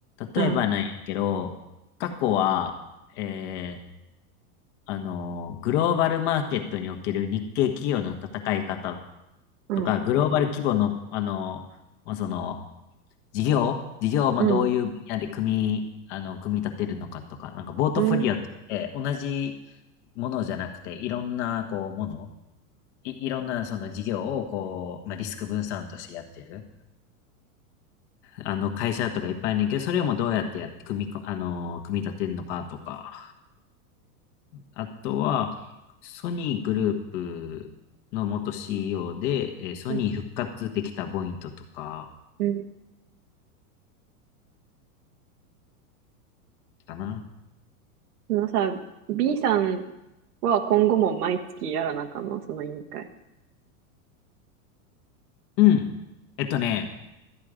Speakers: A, on the right (about 85°); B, on the left (about 50°).
A: うん、
B: 例えばなんやけど、過去は、えー、あの、グローバルマーケットにおける日系企業の戦い方
A: うん、
B: とか、グローバル規模の、あの、まあ、その、事業事業を、まあ、
A: うん、
B: どういう分野で組み、あの、組み立てるのかとか、なんか、ボートフォリオって言って、
A: うん、
B: 同じものじゃなくて、いろんな、こう、もの、い、いろんな、その事業を、こう、まあ、リスク分散としてやってる、あの、会社とかいっぱいあるねんけど、それをもうどうやってやって組みこ、あの、組み立てるのかとか、あとは、ソニーグループの元 CEO で、えーソニー復活できたポイントとか、
A: うん、うん。
B: かな。
A: そのさ、B さんは今後も毎月やらなあかんの、その委員会。
B: うん。えっとね、